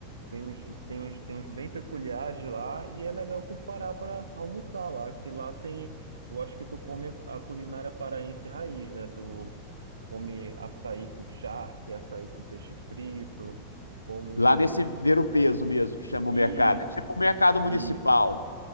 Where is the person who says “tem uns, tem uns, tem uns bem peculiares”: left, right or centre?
Right